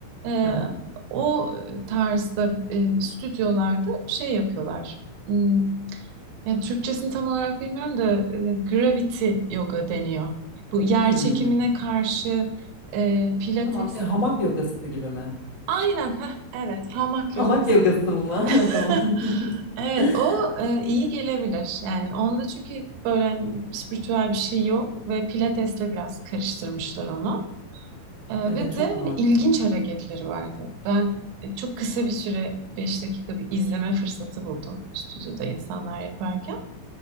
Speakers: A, on the right; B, on the left.
A: e,
B: Aha.
A: o tarzda e, stüdyolarda şey yapıyorlar. Hmm, yani Türkçesini tam olarak bilmiyorum da e, gravity yoga deniyor. Bu yer
B: Hmm.
A: çekimine karşı e, pilates.
B: Tamam şey hamak yogası gibi mi?
A: Aynen, heh, evet, hamak
B: Hamak
A: yogası.
B: yogası mı?
A: <laughs>
B: <laughs> Tamam.
A: Evet,
B: <laughs>
A: o e, iyi gelebilir. Yani onda çünkü böyle hani spiritüel bir şey yok ve pilatesle biraz karıştırmışlar onu. E,
B: Evet
A: ve
B: çok
A: de hani
B: mantıklı.
A: ilginç hareketleri vardı. Ben e, çok kısa bir süre, 5 dakika bir izleme fırsatı buldum stüdyoda insanlar yaparken.